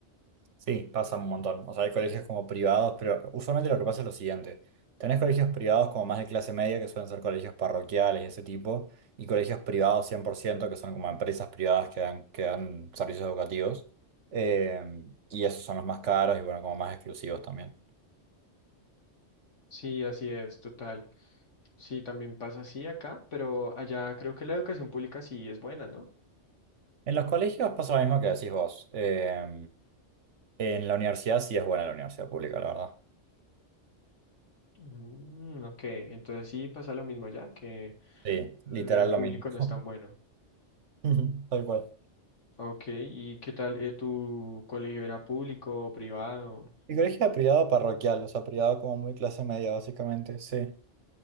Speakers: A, on the right (about 70°); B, on the left (about 70°).
A: Sí, pasa un montón. O sea, hay colegios como privados, pero usualmente lo que pasa es lo siguiente. Tenés colegios privados como más de clase media, que suelen ser colegios parroquiales, ese tipo, y colegios privados 100%, que son como empresas privadas que dan, que dan servicios educativos. Eh, y esos son los más caros y bueno, como más exclusivos también.
B: Sí, así es, total. Sí, también pasa así acá, pero allá creo que la educación pública sí es buena, ¿no?
A: En los colegios pasa lo mismo que decís vos. Eh, en la universidad sí es buena la universidad pública, la verdad.
B: Mm, ok, entonces sí pasa lo mismo allá, que
A: Sí,
B: el
A: literal
B: el público
A: lo mismo.
B: no es tan bueno.
A: <laughs> Tal cual.
B: Ok, ¿y qué tal? eh, ¿tu colegio era público o privado?
A: Mi colegio era privado parroquial, o sea, privado como muy clase media, básicamente, sí.